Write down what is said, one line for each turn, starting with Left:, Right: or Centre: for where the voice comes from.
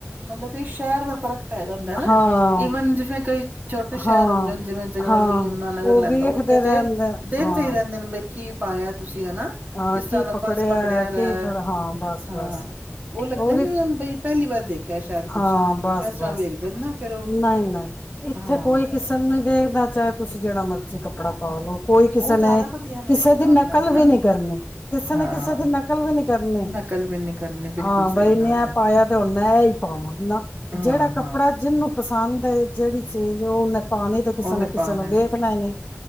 Right: ਮਤਲਬ ਕਿ ਸ਼ਹਿਰ ਦਾ ਫ਼ਰਕ ਪੈਦਾ ਜਾਂਦਾ ਏ ਨਾ
Left: ਹਾਂ
Right: ਈਵਨ ਜਿਵੇਂ ਕਈ ਛੋਟੇ ਸ਼ਹਿਰ
Left: ਹਾਂ
Right: ਹੁੰਦੇ ਨੇ, ਜਿਵੇਂ ਜਗਾਧਰੀ,
Left: ਹਾਂ
Right: ਯਮੁਨਾਨਗਰ
Left: ਉਹ
Right: ਲੈ
Left: ਵੇਖਦੇ
Right: ਲੋ ਉੱਥੇ ਤੇ
Left: ਰਹਿੰਦੇ
Right: ਦੇਖਦੇ
Left: ਹਾਂ
Right: ਹੀ ਰਹਿੰਦੇ ਨੇ ਬਈ ਕੀ ਪਾਇਆ ਤੁਸੀਂ। <unintelligible> ਹਨਾ
Left: ਹਾਂ
Right: ਕਿਸ ਤਰ੍ਹਾਂ
Left: ਕੀ
Right: ਦਾ ਪਰਸ ਪਕੜਿਆ ਰ ਹੈ,
Left: ਕੀ ਫੜ ਹਾਂ ਬਸ
Right: ਹਾਂ
Left: ਬਸ
Right: ਉਹ ਲੱਗਦਾ
Left: ਉਹਦੀ
Right: ਜਿਵੇਂ ਬਈ ਪਹਿਲੀ ਵਾਰ ਦੇਖਿਆ ਸ਼ਾਇਦ ਕੁਛ
Left: ਹਾਂ ਬਸ-ਬਸ,
Right: ਇਸ ਤਰ੍ਹਾਂ ਵੇਖਦੇ ਨੇ ਨਾ ਫੇਰ ਉਹ
Left: ਨਹੀਂ-ਨਹੀਂ, ਇੱਥੇ
Right: ਹਾਂ
Left: ਕੋਈ ਕਿਸੇ ਨੂੰ ਦੇੇਖਦਾ ਚਾਹੇ ਤੁਸੀਂ ਜਿਹੜਾ ਮਰਜੀ ਕੱਪੜਾ ਪਾ ਲੋ ਕੋਈ ਕਿਸੇ
Right: ਉਹ ਜ਼ਿਆਦਾ
Left: ਨੇ
Right: ਵਧੀਆ ਮੇਰੇ
Left: ਕਿਸੇ
Right: ਹਿਸਾਬ
Left: ਦੀ ਨਕਲ
Right: ਨਾਲ ਹਨਾ
Left: ਵੀ ਨੀ ਕਰਨੀ, ਕਿਸੇ
Right: ਹਾਂ
Left: ਨੇ ਕਿਸੇ ਦੀ ਨਕਲ ਵੀ ਨੀ ਕਰਨੀ,
Right: ਨਕਲ ਵੀ ਨੀ ਕਰਨੀ ਬਿਲਕੁਲ
Left: ਹਾਂ
Right: ਸਹੀ
Left: ਬਈ ਇਣੇ
Right: ਗੱਲ
Left: ਐ
Right: ਹੈ
Left: ਪਾਇਆ ਤੇ ਹੁਣ ਮੈਂ ਏਈ ਪਾਵਾਂ ਨਾ
Right: ਹਾਂ
Left: ਜਿਹੜਾ
Right: ਹਾਂ
Left: ਕੱਪੜਾ ਜਿਹਨੂੰ ਪਸੰਦ ਹੈ ਜਿਹੜੀ ਚੀ ਚੀਜ਼ ਉਹ ਮੈ ਪਾਣੀ ਤੇ ਕਿਸੇ
Right: ਉਹਨੇ
Left: ਨੇ ਕਿਸੇ
Right: ਪਾ ਲੈਣੇ
Left: ਨੂੰ ਵੇਖ ਲੈਣੀ